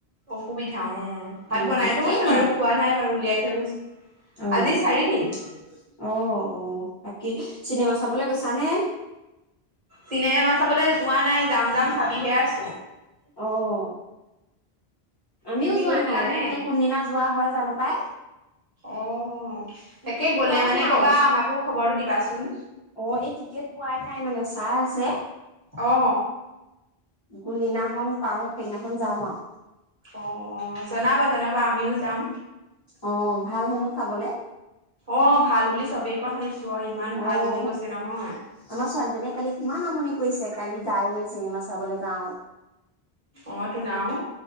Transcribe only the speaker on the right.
অসুবিধা অঁ ভাত
বনাই
থৈ
গৈছে বাৰু খোৱা নাই বাৰু উলিয়াই থৈ গৈছে।
আজি চাৰিদিন।
চিনেমা চাবলৈ যোৱা নাই, যাম যাম ভাবিহে আছ
তুমি
গৈছিলানে?
অঁ,
তাকে গ'লে
মানে
ক'বা আমাকো খবৰটো দিবা চোন।
অ
অঁ জনাবা জনাবা আমিও যাম।
অঁ ভাল বুলি চ'বেই কোৱা শুনিছো আও ইমান
ভাল বুলি কৈছে নহয়।
অঁ তোন আও।